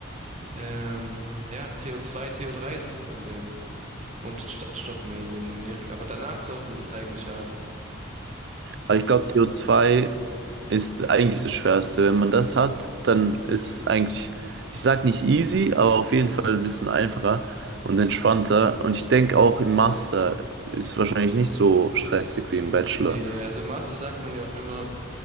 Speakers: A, on the right; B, on the right.
A: Ähm, ja, TO2, to drei ist das Problem. Und Stadtstoch maybe und Numerik. Aber danach sollten wir es eigentlich haben.
B: Aber ich glaube, co zwei ist eigentlich das Schwerste. Wenn man das hat, dann ist eigentlich, ich sag nicht easy, aber auf jeden Fall ein bisschen einfacher und entspannter. Und ich denke auch im Master ist wahrscheinlich nicht so stressig wie im Bachelor.
A: Nee, also im Master sagt man ja auch immer,